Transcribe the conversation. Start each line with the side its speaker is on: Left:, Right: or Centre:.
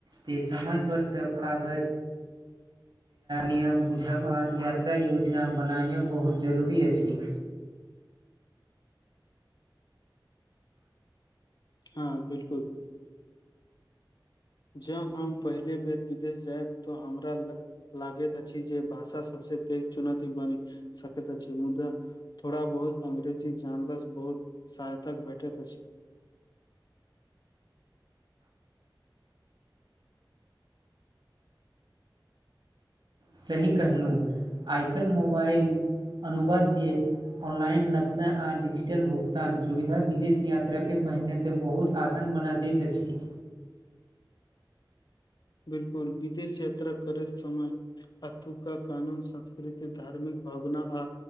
Right: तऽ समय पर सभ कागज।
Left: <inaudible>
Right: नियम बुझब आ यात्रा योजना बनायब बहुत जरूरी अछि।
Left: हँ, बिल्कुल। ज हम पहिले बेर विदेश जायब तऽ हमरा लग। लागैत अछि, जे भाषा सभसँ पैघ चुनौती बनि सकैत अछि मुदा। थोड़ा बहुत अंग्रेजी जानल सँ बहुत सहायतक भेटैत अछि।
Right: सही कहलहुँ आइ काल्हि मोबाइल अनुवाद ऐप। ऑनलाइन नक्शा आ डिजिटल भुगतान सुविधा विदेश यात्राके पहिनेसे बहुत। आसन बना दैत अछि।
Left: बिल्कूल विदेश यात्रा करे समय। अतुका कानून संस्कृति धार्मिक भावना आ।